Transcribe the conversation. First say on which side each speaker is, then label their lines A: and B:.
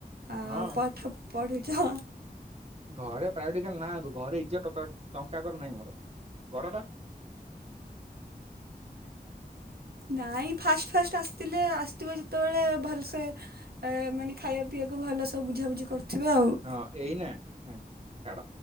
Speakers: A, on the right; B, on the right.
A: ଆଉ
B: ହଁ
A: ପାଠ ପଢ଼ୁଛ
B: ଘରେ ପ୍ରାୟୋରିଟି ଖାଲି ନାକୁ ଘରେ ଇଜତ ଟଙ୍କା କର ନାହିଁ ମୋର ଘର ପା <unintelligible>
A: ନାଇଁ ଫାଷ୍ଟ ଫାଷ୍ଟ ଆସଥିଲେ ଆସିଥିବ ଯେତେବେଳେ ଭଲସେ ଏ ମାନେ ଖାଇବା ପିଇବାକୁ ଭଲ ସବୁ ବୁଝାବୁଝି କରୁଥିବେ ଆଉ।
B: ହଁ ଏଇନା। ଛାଡ